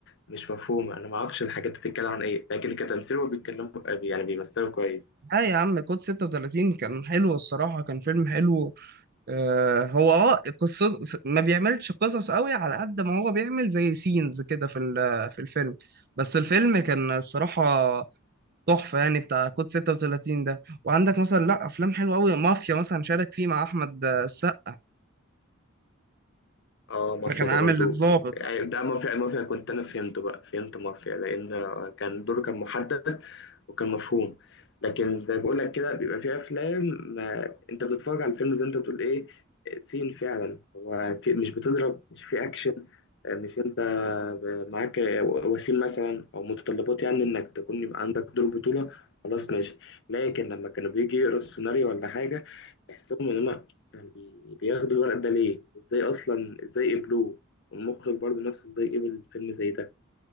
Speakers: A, on the left; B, on the right.
A: مش مفهومه انا ما اعرفش الحاجات دي بتتكلم عن ايه لكن كتمثيل هو بيتكلموا آه، يعني بيمثلوا كويس
B: لا يا عم كود 36 كان حلو الصراحة كان فيلم حلو آه، هو اه قصة ما بيعملش قصص قوي على قد ما هو بيعمل زي سينز كده في ال- في الفيلم بس الفيلم كان الصراحة تحفة يعني بتاع كود 36 ده وعندك مثلا لا أفلام حلوة قوي مافيا مثلا شارك فيه مع أحمد السقا
A: اه مافيا
B: ما كان
A: ده
B: عامل
A: برضو
B: الضابط
A: يعني ده مافيا مافيا كنت انا فهمته بقى فهمت مافيا لان آه، كان دوره كان محدد وكان مفهوم لكن زي بقول لك كده بيبقى في افلام ما انت بتتفرج على الفيلم زي انت بتقول ايه سين فعلا هو في مش بتضرب مش في اكشن مش انت معاك وسيم مثلا او متطلبات يعني انك تكون يبقى عندك دور بطولة خلاص ماشي لكن لما كانوا بيجي يقروا السيناريو ولا حاجة تحسهم ان هما كان بي- بياخدوا الورق ده ليه ازاي اصلا ازاي قبلوه والمخرج برضه نفسه ازاي قبل فيلم زي ده